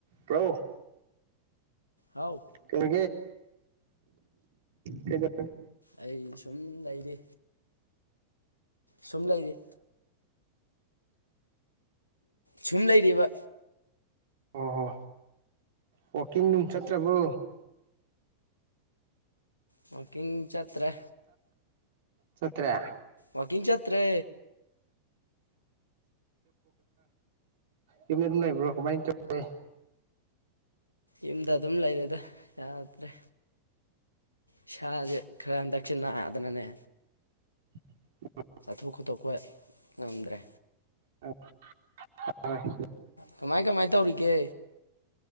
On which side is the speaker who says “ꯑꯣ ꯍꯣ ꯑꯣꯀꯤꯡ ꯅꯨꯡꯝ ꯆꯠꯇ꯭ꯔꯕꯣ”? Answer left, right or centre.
Right